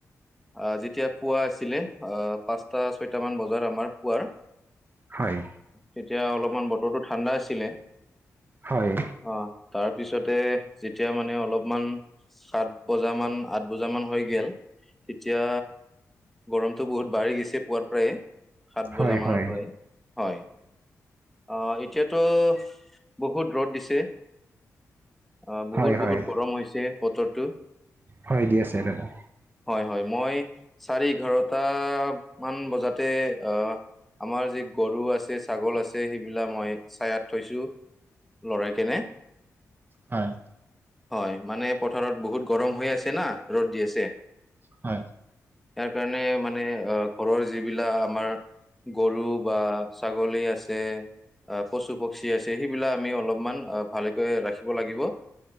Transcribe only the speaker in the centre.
আহ যেতিয়া পোৱা আছিলে অ পাঁচটা। ছয়টামান বজাৰ আমাৰ পুৱাৰ
তেতিয়া অলপমান বতৰ টো। ঠান্ডা আছিলে
অ তাৰ পিছতে যেতিয়া মানে অলপ সমান সাত বজা মান আঠ বজা মান হৈ গেল তেতিয়া গৰমটো বহুত বাঢ়ি গৈছে পুৱাৰ পৰাই। সাত বজামানৰ
পৰাই হয়। আহ এতিয়াতো বহুত ৰ'দ দিছে। আহ বহুত
বহুত গৰম হৈছে বতৰটো।
হয় হয় মই চাৰে এঘাৰটা মান বজাতে অ আমাৰ যি গৰু আছে ছাগল আছে সেইবিলাক মই ছায়াত থৈছোঁ। লৰাই কেনে
হয় মানে পথাৰত বহুত গৰম হৈ আছে না ৰ'দ দি আছে।
তাৰ কাৰণে মানে আহ ঘৰৰ যিবিলাক আমাৰ। গৰু বা ছাগলী আছে। আহ পশু পক্ষী আছে সেইবিলাক আমি অলপমান ভালেকৈ ৰাখিব লাগিব।